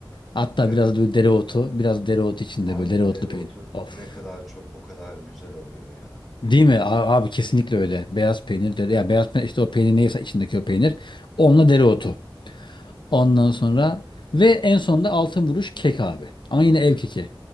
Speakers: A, on the left; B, in the centre.
A: hatta
B: Evet.
A: biraz da böyle dereotu biraz dereotu içinde
B: Abi
A: böyle dereotlu
B: dereotu
A: peynir of.
B: ne kadar çok o kadar güzel oluyor ya.
A: Değil mi? A- Abi kesinlikle öyle. Beyaz peynir dere ya beyaz peynir işte o peynir neyse içindeki o peynir. Onunla dereotu. Ondan sonra ve en sonunda altın vuruş kek abi. Ama yine ev keki.